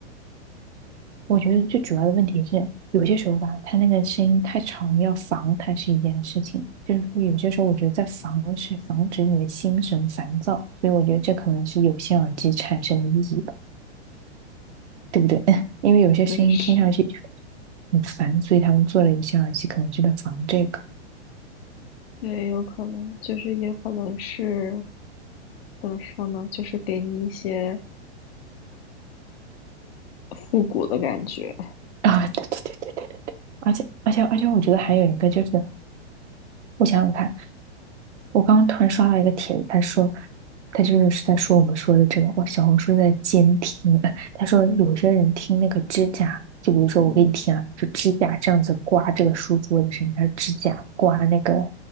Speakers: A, on the right (about 80°); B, on the left (about 60°).
A: 我觉得最主要的问题是，有些时候吧，他那个声音太长，要防它是一件事情。就是说，有些时候我觉得在防是防止你的心神烦躁，所以我觉得这可能是有线耳机产生的意义吧，对不对？<laughs> 因为有些声音听上去
B: 对，是，
A: 很烦，所以他们做了有线耳机，可能就在防这个
B: 对，有可能就是也可能是怎么说呢，就是给你一些复古的感觉。
A: <laughs> 啊。对对对对，而且而且而且，我觉得还有一个就是，我想想看。我刚刚突然刷到一个帖子，他说，他就是在说我们说的这个，哇，小红书在监听。<laughs> 他说有些人听那个指甲，就比如说我给你听啊，
B: 嗯，
A: 就指甲这样子刮这个书桌的声音，还是指甲刮那个